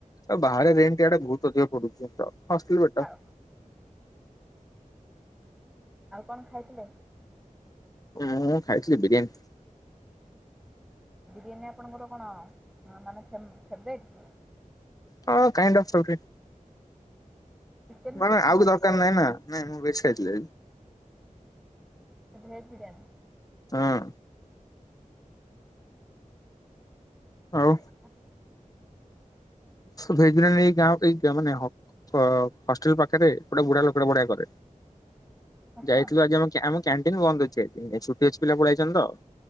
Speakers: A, on the left (about 25°); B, in the centre.
A: ଆଉ ବାହାରେ ରେଣ୍ଟ ଇଆଡ଼େ ବହୁତ ଅଧିକ ପଡୁଛି ତ ହଷ୍ଟେଲ ବେଟର।
B: ଆଉ ଆଉ କଣ ଖାଇଥିଲେ?
A: ମୁଁ ଖାଇଥିଲି ବିରିୟାନୀ।
B: ବିରିୟାନୀ ଆପଣଙ୍କର କଣ ମାନେ ଫେବରେଟ୍ କି?
A: ହଁ କାଇଣ୍ଡ ଅଫ ସମ୍
B: ଚିକେନ
A: ମାନେ
B: ବିରିୟାନୀ
A: ଆଉ
B: ନା
A: କି ଦରକାର ନାଇଁ ନା ନାଇଁ ମୁଁ ବେଶୀ ଖାଇଥିଲି।
B: ଭେଜ ବିରିୟାନୀ।
A: ହଁ। ଆଉ।
B: ହ <inaudible>
A: ଭେଜ୍ ବିରିୟାନୀ <unintelligible> ମାନେ ହଷ୍ଟେଲ ପାଖରେ ଗୋଟେ ବୁଢା ଲୋକ ବଢିଆ କରେ
B: ଆଚ୍ଛା।
A: ଯାଇଥିଲୁ ଆଜି ଆମ <unintelligible> କ୍ୟାଣ୍ଟିନ୍ ବନ୍ଦ ଅଛି ଆଜି ଏଇ ଛୁଟି ଅଛି ପିଲା ପଳାଇଛନ୍ତି ତ।